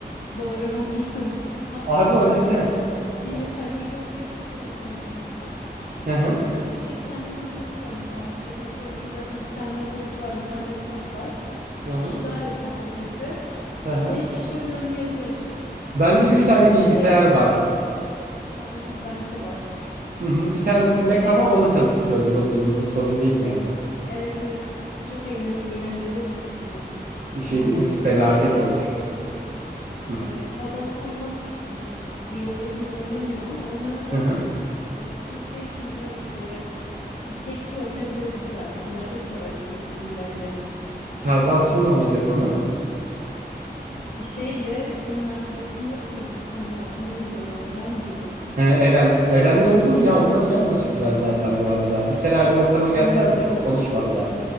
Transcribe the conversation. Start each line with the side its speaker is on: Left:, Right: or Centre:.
Left: Doğru, <laughs> haklısın. Hatta
Right: Abi
Left: şöyle,
Right: o ne de?
Left: li-
Right: Hı
Left: mesela League of Legends oyn- oyn- oynasak, e,
Right: hı
Left: işte evde iki tane masaüstü var. Mesela Ahmetlerin evinde yapsak zaten iki tane masaüstü var, bir tane laptop var. İki
Right: hı hı.
Left: kişi daha laptop getirse,
Right: hı hı.
Left: beş kişi oyun oynayabilir.
Right: Bende
Left: E,
Right: 3 tane
Left: iki kişi
Right: bilgisayar
Left: de,
Right: var.
Left: ha iyi bende de var.
Right: Hı hı. Bir tanesi Mac ama o da çalıştırıyor League of Legends'ı. Sorun değil yani.
Left: Evet evet. Çok eğlen eğlenceli olur bence.
Right: Bir şey
Left: Ama
Right: değil mi? Felaket
Left: şey de
Right: olur. Hı
Left: Ee, Hazal falan e, League of Legends oynamıyor ama onları da
Right: hı. hı.
Left: e, PlayStation'da işte It Takes Two açabiliriz mesela. Onlar çok sever It Takes Two'yu bence.
Right: Kazal kimle oynayacak onu?
Left: E şeyle senin arkadaşın yok muydu? Bir tane adı neydi ya? Eren miydi?
Right: He, Eren. Eren'le olur ya. Onlar iyi anlaşırlar zaten bu arada. Bir kere aynı ortama
Left: Bence
Right: geldiler de
Left: de.
Right: çok konuşmadılar.